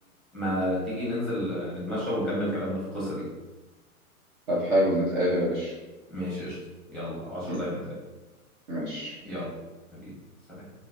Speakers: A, in the centre; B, on the right.
A: ما تيجي ننزل آه، نتمشى ونكمل كلامنا في القصة دي
B: طب حلو نتقابل يا باشا
A: ماشي قشطة يلا عشر
B: م-
A: دقايق ونتقابل
B: ماشي
A: يلا حبيبي سلام